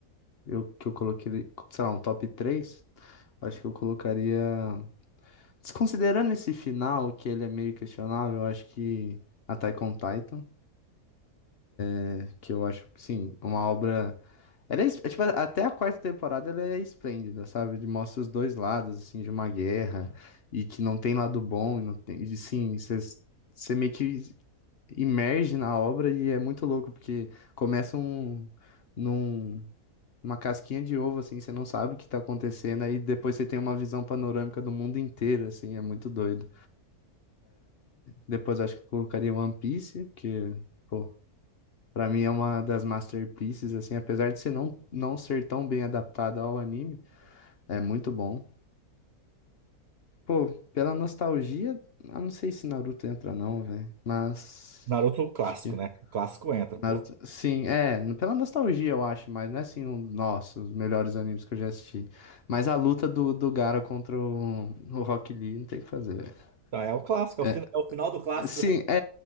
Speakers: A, on the left; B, on the right.
A: eu, que eu coloquei, sei lá, um top 3 acho que eu colocaria... Desconsiderando esse final, que ele é meio questionável, eu acho que Attack on Titan, né, que eu acho, sim, uma obra... Ela é, es- é, tipo, até a quarta temporada ela é esplêndida, sabe? De mostra os dois lados, assim, de uma guerra, e que não tem lado bom, e não tem... E, sim, você meio que imerge na obra e é muito louco, porque começa um, num, uma casquinha de ovo, assim, você não sabe o que tá acontecendo, aí depois você tem uma visão panorâmica do mundo inteiro, assim, é muito doido. Depois eu acho que eu colocaria One Piece, que, pô, pra mim é uma das masterpieces, assim, apesar de ser não, não ser tão bem adaptada ao anime, é muito bom. Pô, pela nostalgia, eu não sei se Naruto entra não, velho, mas...
B: Naruto é o clássico,
A: acho que
B: né? O clássico entra,
A: Naruto-
B: pô.
A: Sim, é, pela nostalgia eu acho, mas não é assim um, nossa, os melhores animes que eu já assisti. Mas a luta do, do Gaara contra o, o Rock Lee não tem o que fazer, velho.
B: Então é o clássico, é
A: É,
B: o, fina- é o final do clássico,
A: sim,
B: né?
A: é,